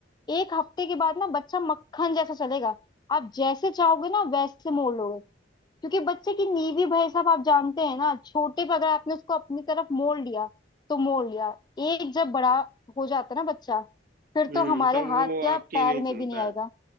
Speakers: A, on the left; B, on the right.
A: एक हफ्ते के बाद ना बच्चा मक्खन जैसा चलेगा आप जैसे चाहोगे ना वैसे मोड़ लोगे क्योंकि बच्चे की नींव ही भाई साहब आप जानते हैं ना छोटे पे अगर आपने उसको अपनी तरफ मोड़ लिया तो मोड़ लिया एक जब बड़ा हो जाता ना बच्चा फिर
B: हम्म
A: तो हमारे
B: तब
A: हाथ
B: वो
A: क्या
B: आपकी
A: पैर
B: नहीं
A: में
B: सुनता
A: भी नहीं आएगा